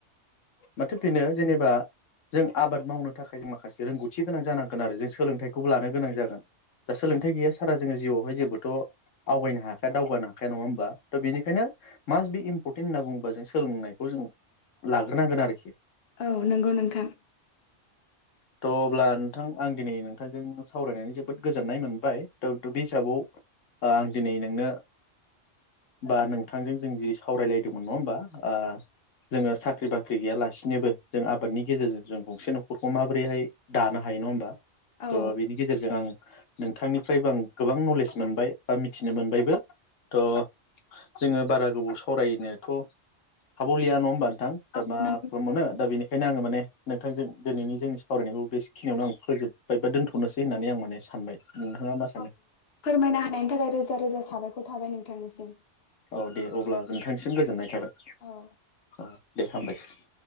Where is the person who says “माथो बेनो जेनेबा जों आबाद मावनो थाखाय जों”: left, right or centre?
Left